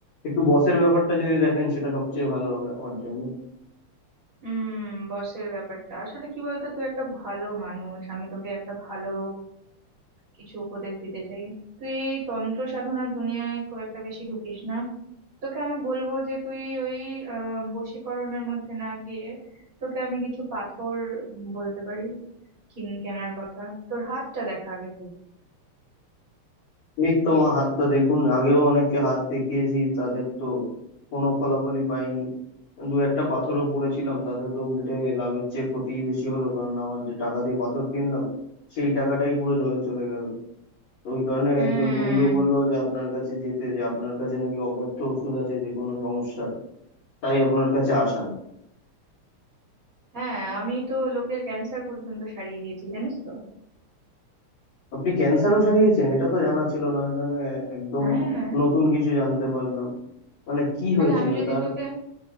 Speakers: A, on the left; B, on the right.
A: একটু বসের ব্যাপারটা যদি দেখেন সেটা সবচেয়ে ভালো হবে আমার জন্য
B: উম বসের ব্যাপারটা আসলে কি বলতো তুই একটা ভালো মানুষ আমি তোকে একটা ভালো কিছু উপদেশ দিতে চাই তুই এই তন্ত্র সাধনার দুনিয়ায় খুব একটা বেশি ঢুকিস না তোকে আমি বলবো যে তুই ওই আহ বশীকরণের মধ্যে না গিয়ে তোকে আমি কিছু পাথর বলতে পারি কিন কেনার কথা তোর হাতটা দেখা আগে তুই
A: এই তো মা হাতটা দেখুন আগেও অনেককে হাত দেখিয়েছি তাদের তো কোনো ফলাফলই পাইনি দু একটা পাথরও পড়েছিলাম তাতে তো উল্টে লাভের চেয়ে ক্ষতিই বেশি হলো কারণ আমার যে টাকা দিয়ে পাথর কিনলাম সেই টাকাটাই পুরো জলে চলে গেল তো ওই কারণে
B: উম
A: একজন বন্ধু বলল যে আপনার কাছে যেতে যে আপনার কাছে নাকি অব্যর্থ ওষুধ আছে যে কোনো সমস্যার তাই আপনার কাছে আসা
B: হ্যাঁ আমি তো লোকের ক্যান্সার পর্যন্ত সারিয়ে দিয়েছি জানিস তো
A: আপনি ক্যান্সারও সারিয়েছেন এটা তো জানা ছিল না এটা নিয়ে একদম
B: হ্যাঁ
A: নতুন কিছু জানতে পারলাম মানে কি
B: আরে
A: হয়েছিল
B: আমি যদি
A: তার?
B: তোকে